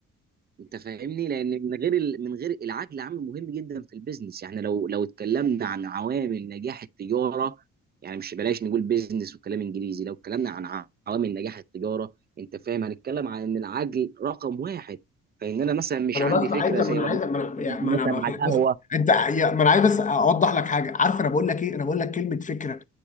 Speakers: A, on the right (about 30°); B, on the left (about 25°).
A: انت فاهمني لان من غير ال- من غير العقل عامل مهم جدا في البيزنس يعني لو لو اتكلمنا عن عوامل نجاح التجاره يعني مش بلاش نقول بيزنس وكلام انجليزي لو اتكلمنا عن ع- عوامل نجاح التجاره انت فاهم هنتكلم عن ان العقل رقم واحد فان انا مثلا مش
B: انا
A: عندي
B: بس
A: فكره
B: عايز
A: زي
B: ما انا
A: ما
B: عايز ما انا يعني
A: مثلا
B: ما انا ب-
A: على القهوه
B: بس انت يا- ما انا عايز بس اوضح لك حاجه عارف انا بقول لك ايه انا بقول لك كلمه فكره